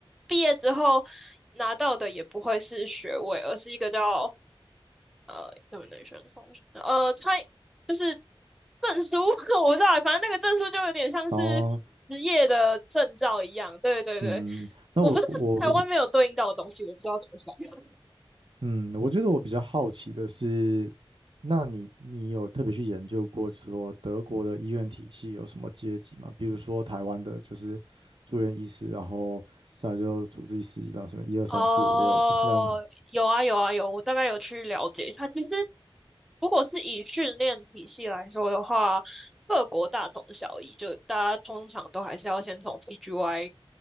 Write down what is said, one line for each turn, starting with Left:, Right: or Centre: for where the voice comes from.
Centre: 毕业之后拿到的也不会是学位，而是一个叫呃，怎么能选的方式？呃，它就是证书 <laughs> 我不知道，反正那个证书就有点像是职业的证照一样。
Right: 然后
Centre: 对对对，
Right: 嗯，那我我
Centre: 我不知道台湾没有对应到的东西，我不知道怎么说。
Right: 嗯，我觉得我比较好奇的是，那你你有特别去研究过说德国的医院体系有什么阶级吗？比如说台湾的就是住院医师，然后再来就主治医师，然后什么一二三四五六这样，
Centre: 哦，有啊有啊有，我大概有去了解一下其实，如果是以训练体系来说的话，各国大同小异，就大家通常都还是要先从 PGY